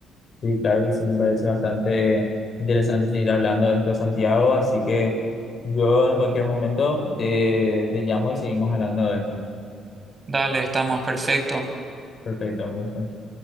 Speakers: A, on the left; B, on the right.
A: Sí, claro que sí, me parece bastante interesante seguir hablando de esto, Santiago, así que yo en cualquier momento te, te llamo y seguimos hablando de esto.
B: Dale, estamos perfecto.
A: Perfecto, un gusto.